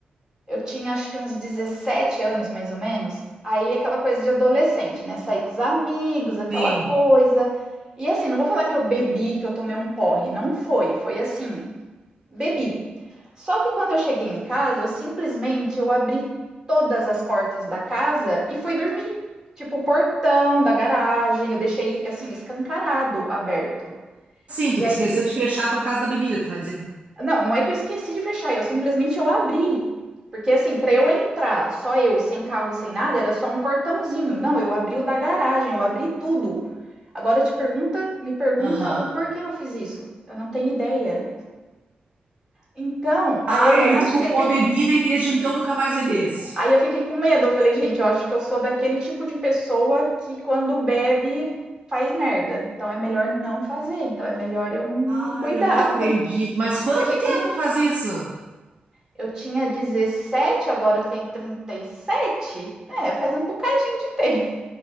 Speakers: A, on the right; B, on the right.
A: Eu tinha acho que uns 17 anos, mais ou menos. Aí aquela coisa de adolescente, né? Sair com os amigos, aquela
B: Sim.
A: coisa. E assim, não vou falar que eu bebi, que eu tomei um porre. Não foi. Foi assim, bebi. Só que quando eu cheguei em casa, eu simplesmente eu abri todas as portas da casa e fui dormir. Tipo, o portão da garagem, eu deixei assim, escancarado, aberto.
B: Sim, tu
A: E aí
B: te esqueceu de fechar por causa da bebida, tu tá dizendo.
A: não, não é que eu esqueci de fechar, eu simplesmente eu abri. Porque assim, para eu entrar, só eu, sem carro, sem nada, era só um portãozinho. Não, eu abri o da garagem, eu abri tudo. Agora te pergunta, me pergunta
B: Aham.
A: o porquê eu fiz isso. Eu não tenho ideia. Então, aí
B: Ai,
A: eu já
B: aí tu
A: cheguei,
B: culpou a bebida e desde então nunca mais bebesse.
A: <laughs> aí eu fiquei com medo. Eu falei, gente, eu acho que eu sou daquele tipo de pessoa que quando bebe faz merda. Então é melhor não fazer. Então é melhor eu me
B: Ai,
A: cuidar.
B: eu não acredito.
A: <laughs>
B: Mas quanto
A: Fiquei com
B: tempo
A: medo.
B: faz isso?
A: Eu tinha 17, agora eu tenho 37, né? Faz um bocadinho de tempo.